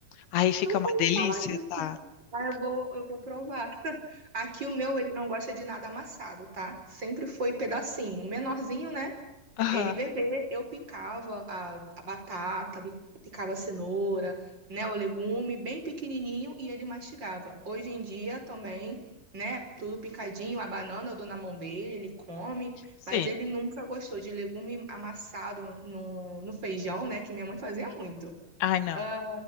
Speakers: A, on the left; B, on the right.
A: Aí fica
B: Nunca
A: uma
B: ouvi
A: delícia,
B: falar isso.
A: tá?
B: Ah,
A: Fica-
B: eu vou, eu vou provar. <laughs> Aqui o meu, ele não gosta de nada amassado, tá? Sempre foi pedacinho. Menorzinho, né?
A: Aham,
B: Ele bebê, eu picava a, a batata, bi- picava a cenoura, né? O legume, bem pequenininho, e ele mastigava. Hoje em dia também, né? Tudo picadinho, a banana eu dou na mão dele, ele come,
A: Sim.
B: mas ele nunca gostou de legume amassado no, no feijão, né? Que minha mãe fazia muito.
A: Ai, não.
B: Ah,